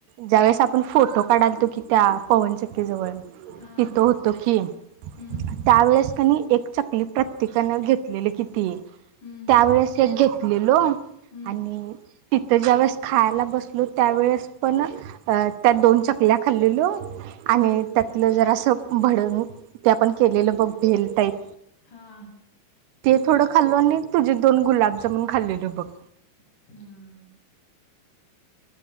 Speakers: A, on the right; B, on the left.
A: ज्या वेळेस आपण फोटो काढालतो की त्या पवनचक्ककीजवळ
B: हा
A: तितो होतो की
B: हम्म
A: त्या वेळेस कनी एक चकली प्रत्येकानं घेतलेली किती आहे
B: हम्म
A: त्यावेेळेस हे घेतलेलो
B: हम्म
A: आणि तिथं ज्या वेळेस खायला बसलो त्यावेेळेस पण अ त्या दोन चकल्या खाल्लेलो आणि
B: हा
A: त्यातलं जर असं भड ते आपण केलेलं बघ भेल टाईप
B: हा
A: ते थोडं खालेलं आणि तुझे दोन गुलाबजामन खाल्ले बघ
B: हम्म